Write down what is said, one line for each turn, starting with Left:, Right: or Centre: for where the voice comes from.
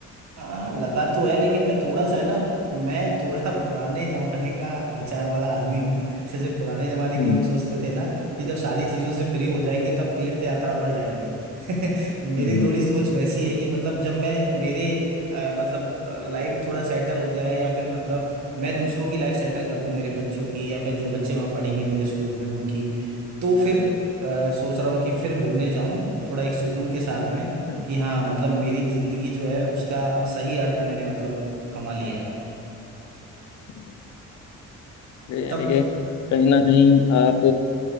Right: हाँ लगा तो है लेकिन मैं थोड़ा सा है ना मैं थोड़ा <laughs> पुराने जमाने का विचार वाला आदमी हूँ जैसे पुराने जमाने के
Left: हम्म
Right: लोग सोचते थे ना कि जब सारी चीजों से फ्री हो जाएंगे तब तीर्थ यात्रा पर जाएंगे <laughs> मेरी
Left: हम्म
Right: थोड़ी सोच वैसी है कि मतलब जब मैं मेरे अ, मतलब लाइफ थोड़ा सेटल हो जाए या फिर मतलब मैं दूसरों की लाइफ सेटल कर दूं मेरे बच्चों की या फिर जो बच्चे वहां पढ़ेंगे मेरे स्कूल में उनकी तो फिर
Left: हम्म, हम्म,
Right: अ, सोच रहा हूँ कि फिर घूमने जाऊं थोड़ा एक सुकून के साथ में
Left: अच्छा,
Right: कि हाँ मतलब मेरी जिंदगी जो है उसका सही अर्थ मैंने मतलब कमा लिया है
Left: हम्म। ये यानी
Right: तब
Left: कि कहीं ना कहीं आप